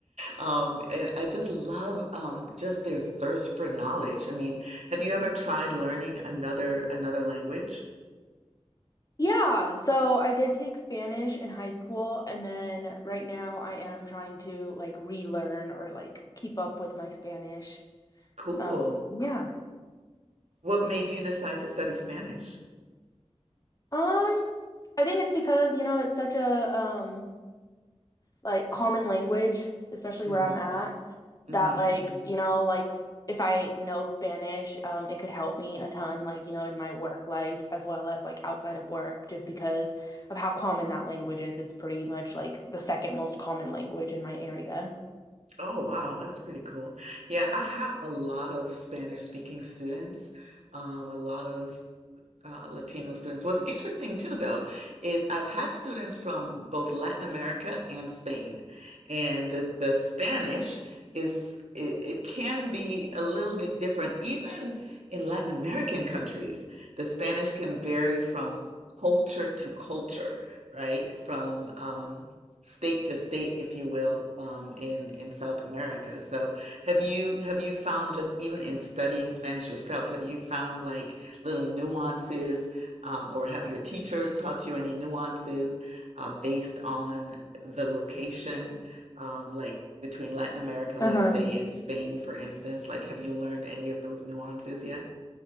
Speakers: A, on the right (about 80°); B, on the left (about 35°).
A: Um, and I just love um, just their thirst for knowledge. I mean, have you ever tried learning another another language?
B: Yeah, so I did take Spanish in high school, and then right now I am trying to like relearn or like keep up with my Spanish.
A: Cool.
B: Um, yeah.
A: What made you decide to study Spanish?
B: Um, I think it's because, you know, it's such a um like common language, especially
A: Mm-hmm.
B: where I'm at,
A: Mhm,
B: that like,
A: mhm.
B: you know, like if I know Spanish, um, it could help me a ton, like, you know, in my work life as well as like outside of work, just because of how common that language is. It's pretty much like the second most common language in my area.
A: Oh, wow, that's pretty cool. Yeah, I have a lot of Spanish speaking students, um, a lot of uh, Latino students. What's interesting too, though, is I've had students from both Latin America and Spain, and the, the Spanish is it, it can be a little bit different. Even in Latin American countries, the Spanish can vary from culture to culture, right? From um, state to state, if you will, um, in in South America. So, have you have you found just even in studying Spanish yourself, have you found like little nuances, um, or have your teachers taught you any nuances uh, based on the location, um, like between Latin America,
B: Uh-huh.
A: let's say, and Spain, for instance? Like, have you learned any of those nuances yet?